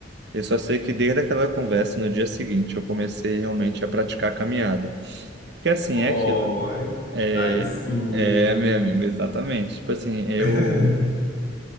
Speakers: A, on the right; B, on the left.
A: Eu só sei que desde aquela conversa, no dia seguinte, eu comecei realmente a praticar a caminhada. Que assim,
B: Oi,
A: é aquilo, né? É,
B: aí sim.
A: é, meu amigo, exatamente. Tipo assim, eu
B: <laughs>